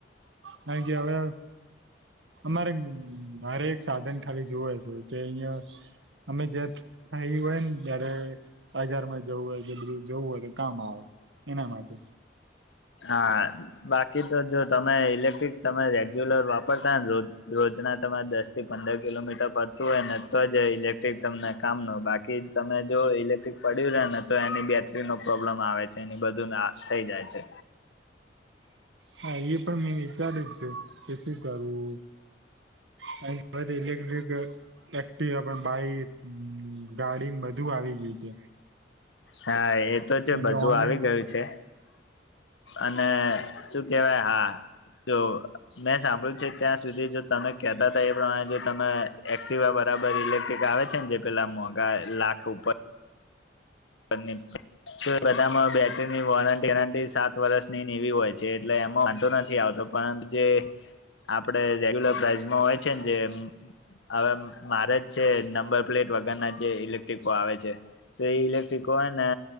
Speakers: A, on the right; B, on the left.
A: કારણ કે હવે અમારે મારે એક સાધન ખરીદવું હોય તો તે અહિયાં અમે જ્યારે ફ્રી હોય ને ત્યારે હાજર જવું હોય કે બધું જવું હોય તો કામ આવે એના માટે.
B: હા બાકી તો જો તમે ઇલેક્ટ્રિક તમે રેગ્યુલર વાપરતા ને રોજ રોજના તમારે દસથી પંદર કિલોમીટર પડતું હોય ને તો જ ઇલેક્ટ ઇલેક્ટ્રિક તમને કામનું બાકી તમે જો ઇલેક્ટ્રિક પડ્યું રેને તો એની બેટરીનો પ્રોબ્લેમ આવે છે. એની બધું નાશ થઈ જાય છે.
A: હા એ પણ મેં વિચાર્યું જ હતું કે શું કરવું. <unintelligible> એકટીવા પણ બાઈક ગાડી ને બધું આવી ગયું છે.
B: હા એ તો છે
A: કારણ
B: બધું
A: કે ઓનલાઈન
B: આવી ગયું છે અને શું કેવાય હા જો મેં સાંભળ્યું છે ત્યાં સુધી જો તમે કેતા એ પ્રમાણે જો તમે એક્ટિવા બરાબર ઇલેક્ટ્રિક આવે છે ને જે પેલા મોગ ગા લાખ ઉપર બંને બધામાં બેટરીની વોરંટી આનાથી સાત વર્ષની ની એવી હોય છે. જે એટલે એમાં વાંધો નથી આવતો પરંતુ જે આ આપડે રેગ્યુલર પ્રાઈઝમાં હોય છે ને જેમ હવે મારે જ છે નંબર પ્લેટ વગરના જે ઇલેક્ટ્રિકો આવે છે. તો એ ઇલેક્ટ્રિકો હોય ને